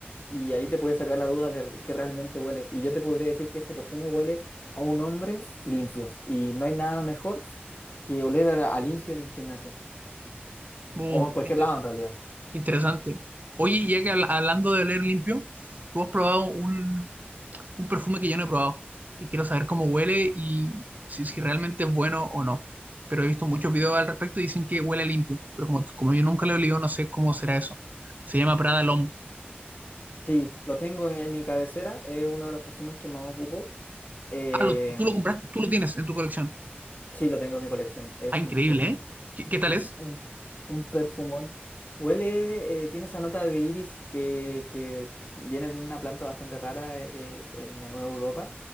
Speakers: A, on the left; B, on the right.
A: Y ahí te puedes sacar la duda de que realmente huele. Y yo te podría decir que este perfume huele a un hombre limpio. Y no hay nada mejor que oler a, a limpio en el gimnasio.
B: Oh,
A: O en cualquier
B: interesante.
A: lado en realidad.
B: Interesante. Oye, ya que habla- hablando de oler limpio, tú has probado un, un perfume que yo no he probado y quiero saber cómo huele y si, si realmente es bueno o no. Pero he visto muchos videos al respecto y dicen que huele limpio, pero como, como yo nunca lo he olido, no sé cómo será eso. Se llama Prada L'Homme.
A: Sí, lo tengo en mi cabecera, es uno de los perfumes que más ocupo. Eh,
B: Ah, lo- tú lo compraste, tú lo tienes en tu colección.
A: sí, lo tengo en mi colección. Es
B: Ah, increíble,
A: un perfume,
B: ¿eh? ¿Qué, qué tal
A: es
B: es?
A: un, un perfumón. Huele, eh, tiene esa nota de iris que, que viene de una planta bastante rara eh, en Europa